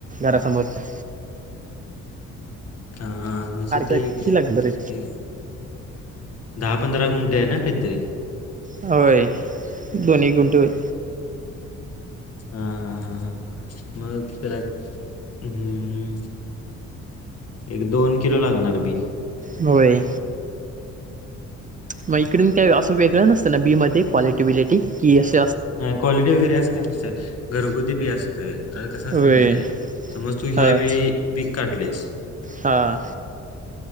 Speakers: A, on the right; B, on the left.
A: घरा समोरच्या
B: हा हा म्हणजे ते
A: किती
B: एक.
A: लागलं रे
B: एक दहा पंधरा गुंठे आहे ना काहीतरी?
A: होय. दोन-एक गुंठे होत
B: हा हा हा हा मग त्याला हुं हुं हुं एक, दोन किलो लागणार बी.
A: होय. मग इकडून काय असं वेगळं नसतं ना, बी मध्ये क्वालिटी- बीलिटी की अस
B: नाय. क्वालिटी वगैरे अस काही नसंत घरगुती बी असतं. आता कस असतय
A: होय
B: माहिती आहे, समज तू
A: हां
B: ह्या वेळी पीक काढलंयस.
A: हां